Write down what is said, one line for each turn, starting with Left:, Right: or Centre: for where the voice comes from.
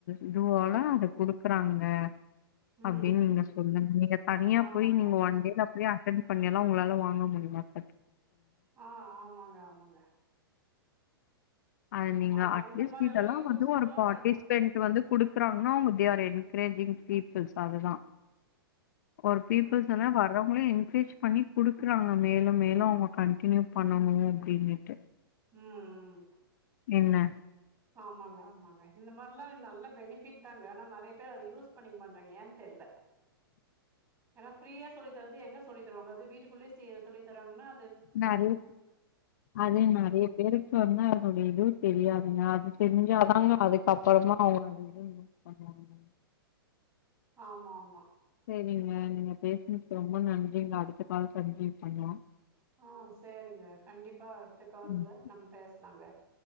Left: இதுவால அத குடுக்குறாங்க
Right: ம்
Left: அப்டின்னு
Right: ம்
Left: நீங்க சொல்லுங்க நீங்க தனியா
Right: ஆமாங்க
Left: போய் நீங்க
Right: ஆமாங்க
Left: ஒன் டேல போய் அடன் பண்ணியல்லா உங்களால வாங்க முடியுமா சர்
Right: ஆ ஆமாங்க ஆமாங்க
Left: அ நீங்க
Right: ஆமா
Left: அட்லீஸ்ட்
Right: இந்த மாரி
Left: இதெல்லா
Right: எல்லா யூஸ்ஃபுல்லா
Left: வந்து ஒரு பார்ட்டிசிபன்
Right: பண்ண
Left: வந்து குடுக்குறாங்கன்னா அவங்க தே ஆர் என்கிரேஜிங் பீபள்ஸ் அதுதான் கோர் பீப்புள்ஸ்
Right: ம்
Left: என்ன வர்றோ அவுங்களே என்கிரேஜ் பண்ணி குடுக்குறாங்க மேலு மேலும் அவங்க கன்டினியூ பண்ணனு அப்படின்னிட்டு
Right: ம் ம்
Left: என்ன
Right: ஆமாங்க ஆமாங்க இந்த மாரில்லா நல்ல பெனிபிட் தாங்க ஆனா நெறைய பேர் அதை யூஸ் பண்ணிக்கங்க பண்றேங்க ஏன் தெரியல ஏன்னா ஃப்ரீயா சொல்லி தர்றது எங்க சொல்லி தருவங்க அது வீட்டுக்குள்ளேயே சொல்லி தரங்கான்னா
Left: நெறைய அது நெறைய பேருக்கு வந்து அதனுடைய இதே தெரியாது நீ அது தெரிஞ்சாதாங்க அதுக்கப்றமா அவங்க அதிகோ யூஸ் பண்வாங்க
Right: ஆமா ஆமா
Left: சேரிங்க நீங்க பேசுனுதுக் ரொம்ப நன்றிங்க அடுத்த கால்ல கான்டினியூ பண்லாம்
Right: ஆ சேரிங்க கண்டிப்பா அடுத்த கால்ல
Left: ம்
Right: நம்ம பேசலாங்க